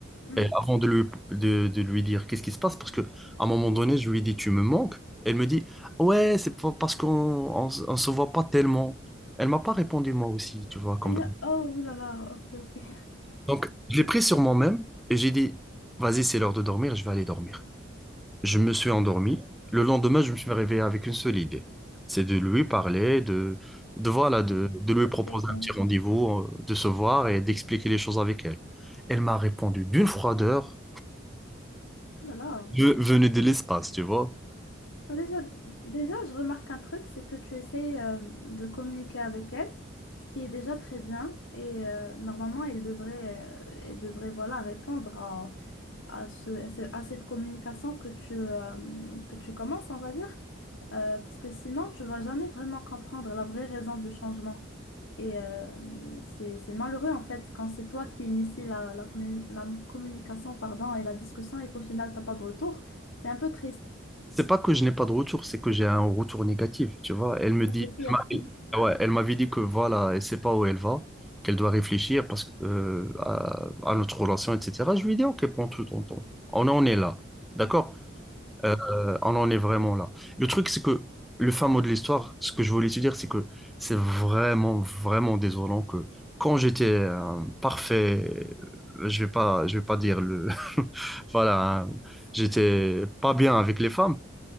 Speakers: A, on the left; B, in the centre.
A: mhm.
B: Et avant de lui, de, de lui dire qu'est-ce qui se passe, parce que à un moment donné, je lui dis, tu me manques. Elle me dit, ouais, c'est pas parce qu'on on, s- on se voit pas tellement. Elle m'a pas répondu, moi aussi, tu vois, comme...
A: Euh, Oh, là là, ok, ok.
B: Donc, je l'ai pris sur moi-même et j'ai dit, vas-y, c'est l'heure de dormir, je vais aller dormir. Je me suis endormi. Le lendemain, je me suis réveillé avec une seule idée. C'est de lui parler, de, de, voilà, de,
A: <laughs>
B: de lui proposer
A: Ok, oh
B: un petit rendez-vous, euh, de se voir et d'expliquer les choses avec elle. Elle m'a répondu d'une froideur
A: là là.
B: de- venue de l'espace, tu vois.
A: Bah, déjà, déjà, je remarque un truc, c'est que tu essaies euh, de communiquer avec elle, ce qui est déjà très bien. Et euh, normalement, elle devrait, euh, elle devrait voilà, répondre à, à, ce, à, ce- à cette communication que tu, euh, que tu commences, on va dire. Euh, parce que sinon, tu vas jamais vraiment comprendre la vraie raison du changement. Et euh, c'est, c'est malheureux, en fait, quand c'est toi qui initie la, la, communi- la communication, pardon, et la discussion et qu'au final, t'as pas de retour. C'est un peu triste.
B: C'est pas que je n'ai pas de retour, c'est que j'ai un retour négatif, tu vois. Elle me
A: Ah,
B: dit,
A: C'est pire.
B: elle m'a- ouais, elle m'avait dit que voilà, elle sait pas où elle va, qu'elle doit réfléchir parce que, euh, à, à notre relation, etc. Je lui ai dit, ok, prends tout ton temps. On en est là, d'accord? Euh, on en est vraiment là. Le truc, c'est que le fin mot de l'histoire, ce que je voulais te dire, c'est que c'est vraiment, vraiment désolant que quand j'étais un parfait, euh, je vais pas, je vais pas dire le, <laughs> voilà, hein, j'étais pas bien avec les femmes.